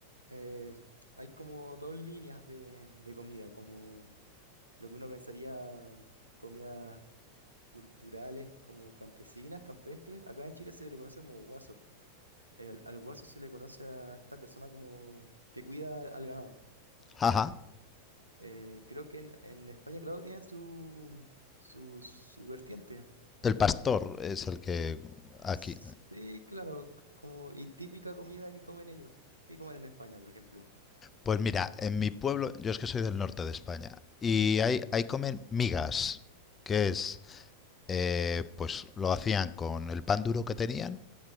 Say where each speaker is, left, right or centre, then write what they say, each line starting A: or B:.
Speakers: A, on the right; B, on the left.
A: eh, hay como dos líneas de, de comida, como lo que uno pensaría comidas culturales como campesinas, campestres. Acá en Chile se le conoce como guaso. El- al guaso se le conoce a esta persona como que cuida al ganado.
B: <laughs> Ajá.
A: Eh, creo que en, en España, claro, tienen su, su, su vertiente.
B: El pastor es el que aquí.
A: Sí, claro, como y típica comida que comen ellos. ¿Qué comen en España, por ejemplo?
B: Pues mira, en mi pueblo, yo es que soy del norte de España, y
A: ¿Mm?
B: ahí, ahí comen migas, que es, eh, pues lo hacían con el pan duro que tenían,